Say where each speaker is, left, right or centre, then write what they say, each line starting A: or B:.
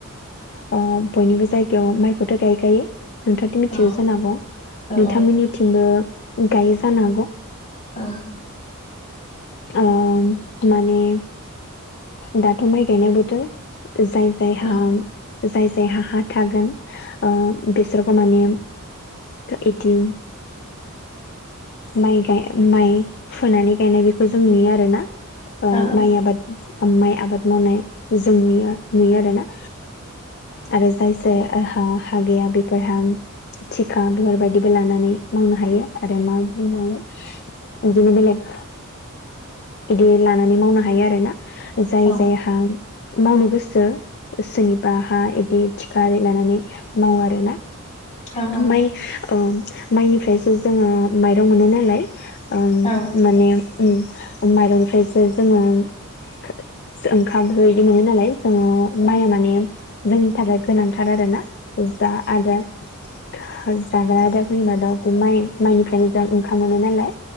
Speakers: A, on the left; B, on the left.
A: ओ बयनिबो जायगायाव माइखौथ' गायखायो। नोंथाङाथ' मिथिगौ
B: औ
A: जानो हागौ
B: औ
A: नोंथांमोननिथिंबो
B: औ
A: गायो जानो हागौ।
B: अ
A: ओ माने दाथ' माइ गायनाय बोथोर जाय जायहा
B: औ
A: जाय जायहा हा थागोन बेसोरखौ माने इदिम माइ गाय माइ फुनानै गायनाय बेखौ जों नुयो आरो ना। ओ
B: औ
A: माइ आबाद माइ आबाद मावनाय जों नुयो नुयो आरो ना। आरो जायहा हा गैया बेफोरहा थिखा बेफोरबायदिबो लानानै मावनो हायो आरो मा बुंबावनो बिदिनो बेलेग बिदि लानानै मावनो हायो आरो ना। जाय
B: औ
A: जायहा मावनो गोसो जो सोरनिबा हा इदि थिख लानानै मावो आरो ना।
B: औ औ
A: माइ ओ माइनिफ्रायसो जोङो माइरं मोनो नालाय। ओम
B: औ
A: माने माइरंनिफ्रायसो जोङो ओंखाम बेफोरबायदि मोनो नालाय। जोङो
B: औ
A: माइया माने जोंनि थाखाय गोनांथार आरोना। जा आरो जाग्रा आदारफोरनि मादाव बे माइ माइनिफ्रायनो ओंखाम मोनो नालाय।